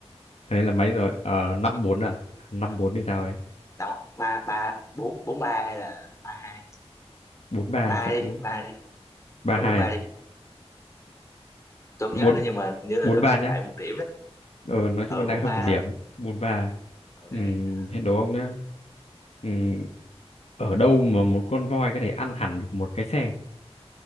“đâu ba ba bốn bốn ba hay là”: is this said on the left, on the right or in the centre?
Left